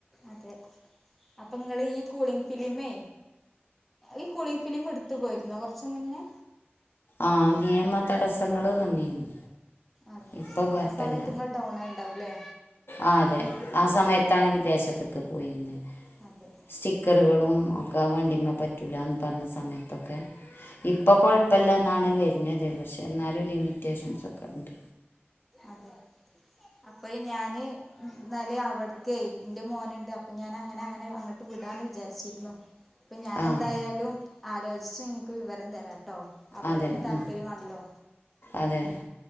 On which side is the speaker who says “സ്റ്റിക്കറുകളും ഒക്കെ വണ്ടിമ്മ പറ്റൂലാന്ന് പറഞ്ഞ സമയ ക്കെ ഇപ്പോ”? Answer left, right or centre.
Left